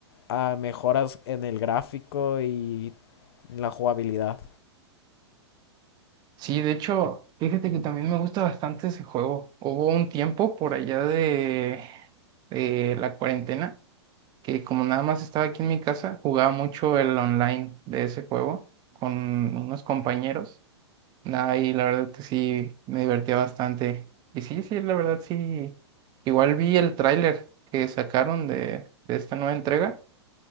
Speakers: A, on the left; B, on the right.
A: a mejoras en el gráfico y en la jugabilidad.
B: Sí, de hecho, fíjate que también me gusta bastante ese juego. Hubo un tiempo por allá de, de la cuarentena que como nada más estaba aquí en mi casa, jugaba mucho el online de ese juego con unos compañeros. Nah, y la verdad que sí, me divertía bastante. Y sí, sí, la verdad sí. Igual vi el tráiler que sacaron de, de esta nueva entrega.